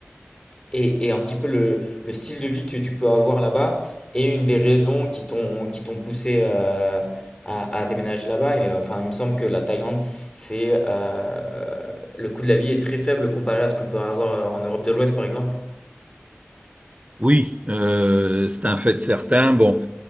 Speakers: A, on the left; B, on the right.
A: et, et un petit peu le, le style de vie que tu peux avoir là-bas est une des raisons qui t'ont qui t'ont poussé euh, à, à déménager là-bas? Et, euh, enfin, il me semble que la Thaïlande, c'est euh, le coût de la vie est très faible comparé à ce qu'on peut avoir en Europe de l'Ouest, par exemple.
B: Oui, euh, c'est un fait certain. Bon.